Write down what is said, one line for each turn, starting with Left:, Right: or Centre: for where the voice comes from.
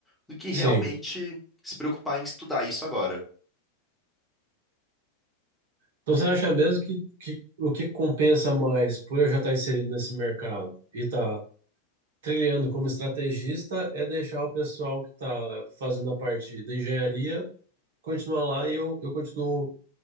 Centre: do que realmente
Right: Sim.
Centre: se preocupar em estudar isso agora.
Right: Então você acha mesmo que, que o que compensa mais por eu já estar inserido nesse mercado e estar trilhando como estrategista é deixar o pessoal que está fazendo a parte da engenharia continuar lá e eu, eu continuo